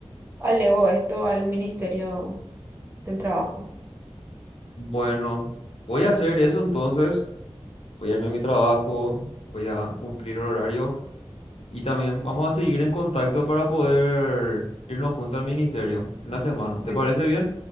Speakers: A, on the right; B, on the left.
A: alevo esto al Ministerio del Trabajo.
B: Bueno, voy a hacer eso entonces, voy a irme a mi trabajo, voy a cumplir horario. Y también vamos a seguir en contacto para poder irnos juntos al ministerio en la semana.
A: Yo-
B: ¿Te parece bien?